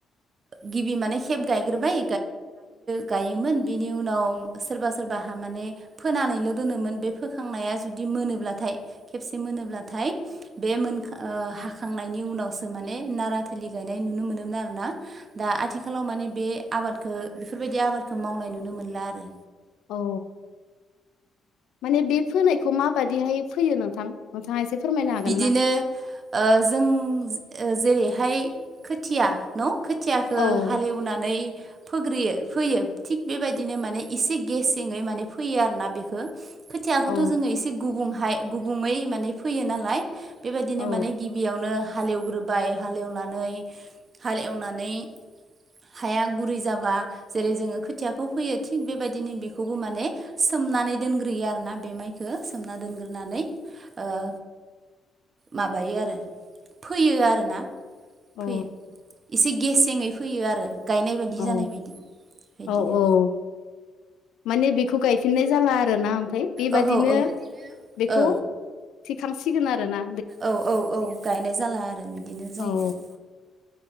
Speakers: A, on the right (about 45°); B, on the left (about 80°).
A: गिबि माने खेब गायग्रोबाय गायोमोन बिनि उनाव सोरबा सोरबाहा माने फोनानैल' दोनोमोन बे फोखांनाया जुदि मोनोब्लाथाय खेबसे मोनोब्लाथाय बे मोन हाखांनायनि उनावसो माने नाराथोलि गायनाय नुनो मोनोमोन आरोना। दा आथिखालाव माने बे आबादखौ बेफोरबायदि आबादखौ मावनाय नुनो मोनला आरो।
B: औ माने बे फोनायखौ माबादिहाय फैयो नोंथां नोंथाङा एसे फोरमायनो हागोन
A: बिदिनो
B: ना
A: ओ जों ओ जेरैहाय खोथिया न' खोथियाखौ
B: औ
A: हालेवनानै फोग्रोयो फोयो थिग बेबायदिनो माने एसे गेसेङै माने फैयो आरो ना बेखौ। खोथियाखौथ'
B: औ
A: जोङो एसे गुबुंहाय गुबुङै माने फैयो नालाय बेबायदिनो
B: औ
A: माने गिबियावनो हालेवग्रोबाय हालेवनानै हाल एवनानै हाया गुरै जाबा जेरै- जोङो खोथियाखौ फोयो थिग बेबायदिनो बेखौबो माने सोमनानै दोनग्रोयो आरोना बे माइखो सोमना दोनग्रोनानै ओ माबायो आरो फैयो आरोना
B: औ
A: फोयो एसे गेसेङै फोयो आरो गायनाय बायदि
B: औ
A: जानाय बायदि बेदिनो
B: औ औ माने बेखौ गायफिननाय जाला आरो ना ओमफ्राय बेबादिनो
A: ओहो औ
B: बेखौ
A: औ
B: थिखांसिगोन आरो ना
A: औ औ औ गायनाय जाला आरो बिदिनो जायो
B: औ
A: आरो।